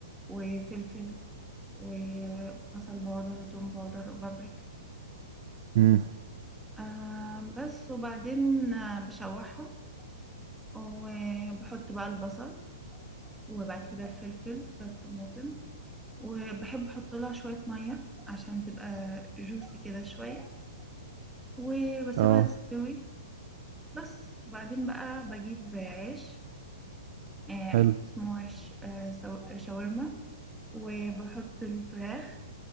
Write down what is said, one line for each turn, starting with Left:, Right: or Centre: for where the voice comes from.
Centre: وفلفل وبصل باودر وتوم باودر وبابريكا
Right: امم
Centre: آه بس وبعدين آه، بشوحهم وبحط بقى البصل وبعد كده الفلفل كده الطماطم وبحب احط لها شوية مية عشان تبقى جوسي كده شوية وبسيبها
Right: اه
Centre: تستوي بس وبعدين بقى بجيب عيش آه
Right: حلو
Centre: اسمه عيش آه سو- شاورما وبحط الفراخ